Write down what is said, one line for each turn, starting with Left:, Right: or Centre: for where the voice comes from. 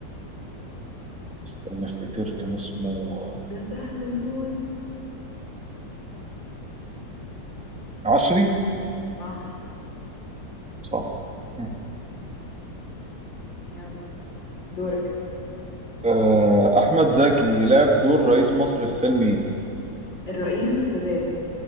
Centre: استنى افتكر كان اسمه
Left: ده سهل موت
Centre: عشري
Left: صح
Centre: صح مم.
Left: يلا دورك
Centre: آه، احمد زكي لعب دور رئيس مصر في فيلم ايه
Left: الرئيس السادات